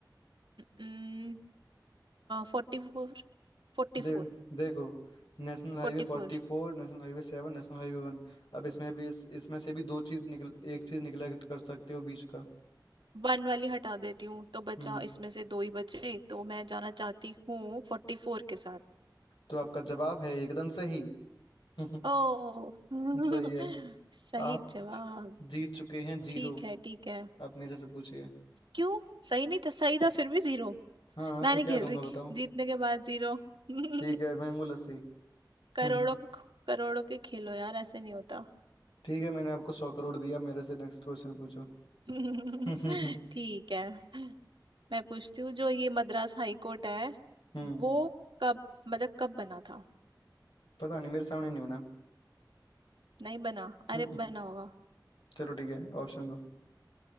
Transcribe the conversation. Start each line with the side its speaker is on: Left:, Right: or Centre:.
Right: है Forty four forty
Left: दे देखो नेशनल हाईवे
Right: four
Left: forty four नेशनल हाईवे seven नेशनल हाईवे one अब इसमें भी इस, इसमें से भी दो चीज निकल एक चीज निगलेक्ट कर सकते हो बीच का
Right: One वाली हटा देती हूँ तो बचा
Left: हम्म
Right: इसमें से दो ही बचे तो मैं जाना चाहती हूँ फोर्टी फोर के साथ
Left: तो आपका जवाब है एकदम सही <laughs>
Right: ओ <laughs>
Left: सही है
Right: सही
Left: आप
Right: जवाब
Left: जीत चुके हैं जीरो
Right: ठीक है ठीक है
Left: आप मेरे से पूछिए
Right: क्यों सही नहीं था सही था फिर भी जीरो
Left: हाँ
Right: मैं
Left: तो
Right: नहीं
Left: क्या
Right: खेल
Left: दूंगा
Right: रही
Left: बताओ
Right: जीतने के बाद जीरो <laughs>
Left: ठीक है मैंगो लस्सी
Right: करोड़ों
Left: हम्म
Right: के करोड़ों के खेलो यार ऐसे नहीं होता
Left: ठीक है मैंने आपको सौ करोड़ दिया मेरे से नेक्स्ट क्वेश्चन पूछो
Right: <laughs>
Left: <laughs> हम्म
Right: ठीक है मैं पूछती हूँ जो ये मद्रास हाई कोर्ट है
Left: हम्म
Right: वो कब मतलब कब बना था
Left: पता नहीं मेरे सामने नहीं बना
Right: नहीं बना
Left: हम्म
Right: अरे बना होगा
Left: चलो ठीक है ऑप्शन दो